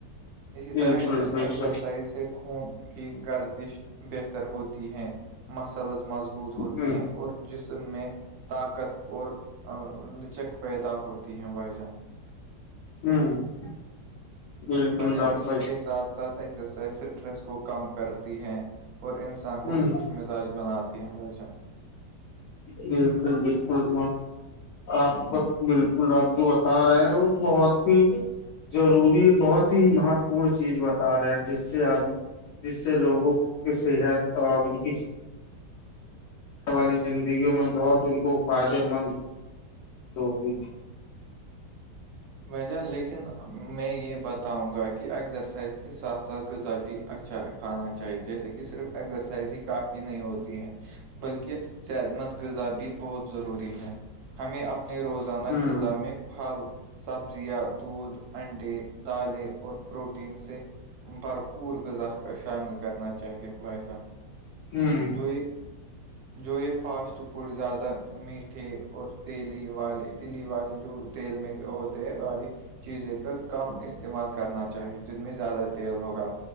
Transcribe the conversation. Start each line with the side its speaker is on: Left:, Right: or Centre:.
Right: اسی
Left: بالکل
Right: طرح
Left: بے
Right: اکزرسائز
Left: شک
Right: سے خون کی گردش بہتر ہوتی ہے مسلز مضبوط ہوتی
Left: ہ
Right: ہیں اور جسم میں طاقت اور لچک پیدا ہوتی ہے بائی جان
Left: <inaudible> بالکل
Right: وجہ
Left: ضابطہ
Right: اسی کے ساتھ ساتھ ایکزرسائز اسٹریس کو کم کرتی ہے اور انسان کو
Left: ہ
Right: خوش مزاج بناتی وجہ
Left: بالکل بالکل آپ و بالکل آپ جو بتا رہے ہیں بہت ہی ضروری بہت ہی مہتوپورن چیز بتا رہے ہیں جس سے آپ جس سے لوگوں کی صحت اور ان کی والی زندگیوں میں بہت ان کو فائدے مند ہوگی
Right: بجان لیکن میں یہ بتاؤں گا کہ اکزرسائز کے ساتھ ساتھ غذا بھی اچھا کھانا چاہیے جیسے کہ صرف ازرسائز ہی کافی نہیں ہوتی ہے بلکہ صحت مند غذا بھی بہت ضروری ہے ہمیں اب نے روزانہ
Left: ہوں
Right: غذا میں پھل سبزیاں دودھ انڈے دالیں اور پروٹین سے بھرپور غذا شامل کرنا چاہیے باشاہان
Left: ہوں
Right: جو یہ جو یہ فاسٹ فوڈ زیادہ میٹھے اور تیلی والے تلی والے جو تیل میں ہو والی چیزیں کا کم استعمال کرنا چاہیے جن میں زیادہ تیل ہوگا